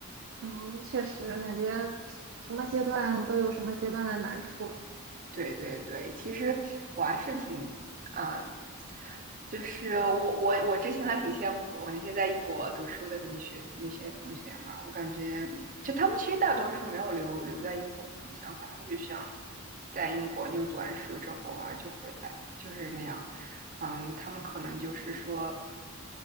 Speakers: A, on the right; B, on the right.
A: 嗯，确实感觉什么阶段都有什么阶段的难处。
B: 对对对，其实我还是挺，啊、就是我我我之前还挺羡慕我那些在英国读书的那些那些同学嘛，我感觉就他们其实大多数没有留留在英国那种想法，他们就想在英国就读完书之后啊就回来，就是那样。嗯，他们可能就是说